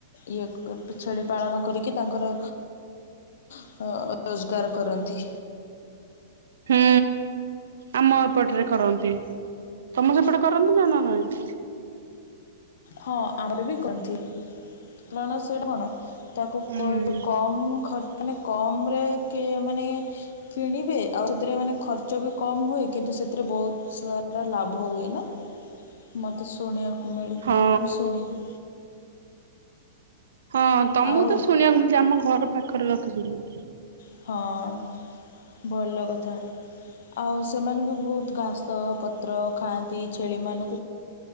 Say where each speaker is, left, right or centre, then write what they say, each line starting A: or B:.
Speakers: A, on the left; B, on the right.
A: ଇଏ ଛେଳି ପାଳନ କରିକି ତାଙ୍କର <unintelligible> ରୋଜଗାର କରନ୍ତି।
B: ହୁଁ ଆମ ଏପଟରେ କରନ୍ତି ତମ ସେପଟେ କରନ୍ତି ନା-ନା ନାଇଁ?
A: ହଁ ଆମର ବି କରନ୍ତି <inaudible> ତାକୁ
B: ହୁଁ
A: କହିବୁ କମ୍ ଖ ମାନେ କମ ରେ କି ମାନେ କିଣିବେ ଆଉ ସେଥିରେ ମାନେ ଖର୍ଚ୍ଚ ବି କମ ହୁଏ କିନ୍ତୁ ସେଥିରେ ବହୁତ ସାରା ଲାଭ ହୁଏ ନା ମୋତେ ଶୁଣିବାକୁ ମିଳି
B: ହଁ
A: ମାନେ ମୁଁ ଶୁଣିଥି
B: ହଁ ତମକୁ
A: ଆଉ
B: ତ ଶୁଣିବାକୁ ଆମ ଘର ପାଖରେ ରଖିଛନ୍ତି <unintelligible>
A: ହଁ। ଭଲ କଥା ଆଉ ସେମାନେ ବି ବହୁତ ଘାସ ପ ପତ୍ର ଖାଆନ୍ତି। ଛେଳିମାନଙ୍କୁ